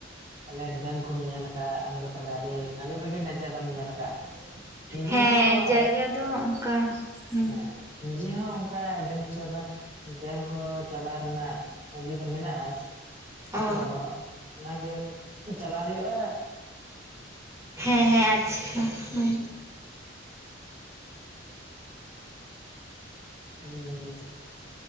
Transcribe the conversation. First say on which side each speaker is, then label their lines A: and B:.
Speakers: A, on the right; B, on the right.
A: ᱛᱟᱦᱟᱞᱮ ᱰᱮᱢ ᱠᱚᱢ ᱧᱮᱞ ᱟᱠᱟᱜᱼᱟ ᱟᱢᱜᱮ ᱛᱟᱦᱚᱞᱮ ᱟᱹᱰᱤ ᱵᱷᱟᱜᱤ ᱵᱷᱟᱜᱤ ᱱᱚᱡᱟᱨᱟᱢ ᱧᱮᱞ ᱟᱠᱟᱜᱼᱟ ᱱᱤᱡᱮ
B: ᱦᱮᱸ
A: ᱦᱚᱸ
B: ᱡᱟᱭᱜᱟ ᱫᱚ ᱚᱱᱠᱟ ᱦᱩᱸ
A: ᱦᱮᱸ ᱱᱤᱡᱮ ᱦᱚᱸ ᱚᱱᱠᱟ ᱰᱮᱢ ᱪᱟᱞᱟ ᱰᱮᱢ ᱠᱚ ᱪᱟᱞᱟᱣ ᱨᱮᱱᱟᱜ ᱤᱭᱟᱹ ᱫᱚ ᱢᱮᱱᱟᱜᱼᱟ ᱪᱷᱚᱯᱱᱚ
B: ᱚ
A: ᱫᱚ ᱚᱱᱟᱜᱮ ᱪᱟᱞᱣ ᱦᱩᱭᱩᱜᱼᱟ
B: ᱦᱮᱸ ᱦᱮᱸ ᱟᱪᱪᱷᱟ ᱦᱩᱸ
A: ᱦᱩᱸ